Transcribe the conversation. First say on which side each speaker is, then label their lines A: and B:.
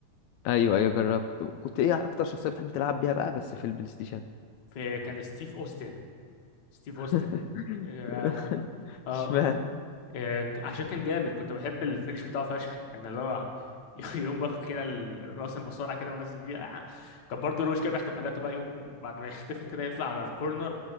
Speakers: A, on the left (about 80°); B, on the left (about 55°).
A: ايوه ايوه جربت كنت ايه اكتر شخصيه بتحب تلعب بيها بقى بس في البلاي ستيشن
B: في كان ستيف اوستن ستيف
A: <laughs>
B: اوستن اه آه،
A: اشمعنى
B: آه، ك- عشان كان جامد كنت بحب الفينش بتاعه فشخ كان اللي هو <laughs> يقوم واخد كده ال- الراس المصارعه كده ونازل فيها كان برضه روش كده في احتفالاته بقى يقوم بعد ما يحتفل كده يطلع على الكورنر